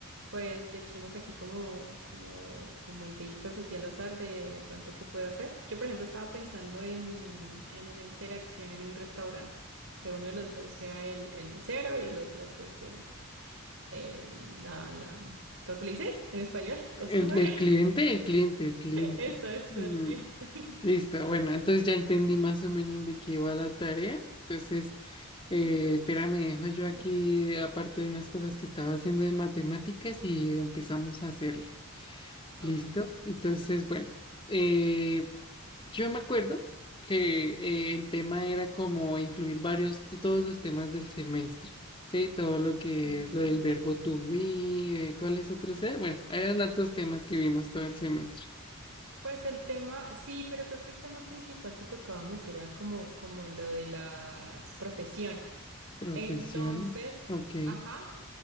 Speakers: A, on the right; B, on the left.
A: Pues echemos aquí como, como, como ideitas así al azar de, de pronto qué puedo hacer. Yo, por ejemplo, estaba pensando en, en una interacción en un restaurante, que uno de los dos sea el, el mesero y el otro, pues, el, el la, la, ¿cómo se le dice? En español,
B: El,
A: customer.
B: el
A: <laughs>
B: cliente, el cliente, el cliente.
A: Eso, eso,
B: Mm,
A: el cliente. <laughs>
B: listo, bueno, entonces ya entendí más o menos de qué va la tarea. Entonces, eh,
A: Ujú.
B: espera, me dejo yo aquí,
A: Tú-
B: aparte de unas cosas que estaba haciendo de matemáticas, y empezamos a hacerle. Listo.
A: Ok.
B: Entonces, bueno, eh, yo me acuerdo que eh, el tema era como incluir varios, todos los temas del semestre, ¿sí? Todo lo que
A: Sí.
B: es lo del verbo to be, eh, ¿cuáles otros eran? Bueno, eran hartos temas que vimos todo el semestre.
A: Pues el tema, sí, pero creo que el tema principal que tocaba meter era como, como lo de las profesiones.
B: Profesiones,
A: Entonces,
B: ok.
A: ajá,